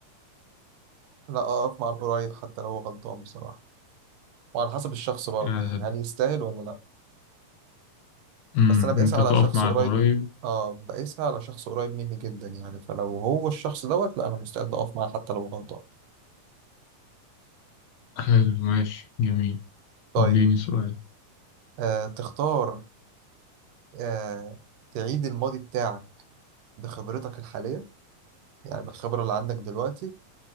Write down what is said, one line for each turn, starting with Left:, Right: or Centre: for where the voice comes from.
Right: لا اقف مع القريب حتى لو هو غلطان بصراحه وعلى حسب الشخص برضه
Left: يعني
Right: يعني
Left: هت-
Right: هل يستاهل ولا لا
Left: مم،
Right: بس انا بقيسها
Left: انت
Right: على
Left: تقف
Right: شخص
Left: مع
Right: قريب
Left: القريب
Right: اه بقيسها على شخص قريب مني جدا يعني فلو هو الشخص دوت لا انا مستعد اقف معاه حتى لو غلطان
Left: حلو ماشي جميل
Right: طيب
Left: اديني سؤال
Right: آه تختار آه تعيد الماضي بتاعك بخبرتك الحالية يعني بالخبرة اللي عندك دلوقتي